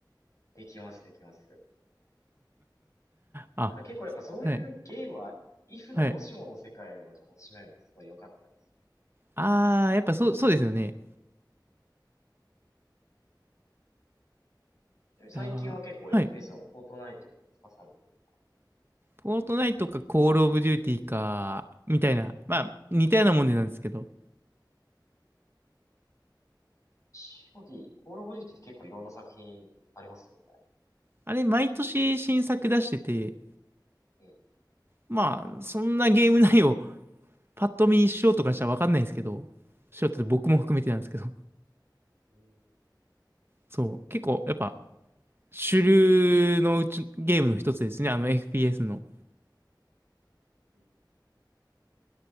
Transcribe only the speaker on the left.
できます、できます。
だから結構やっぱそういうゲームは、
イフのもしもの世界を楽しめるのはすごい良かったです。
ちなみに最近は結構
FPS はフォートナイトを使かされてる。
COD、コールオブデューティって結構いろんな作品ありますよ
ね。
うん。うん
うん